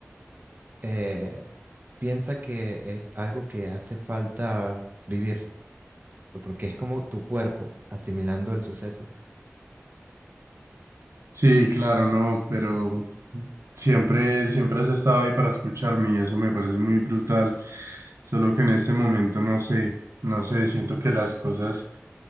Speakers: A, on the right; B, on the right.
A: eh, piensa que es algo que hace falta vivir, porque es como tu cuerpo asimilando el suceso.
B: Sí, claro, no, pero siempre, siempre has estado ahí para escucharme y eso me parece muy brutal. Solo que en este momento no sé, no sé, siento que las cosas,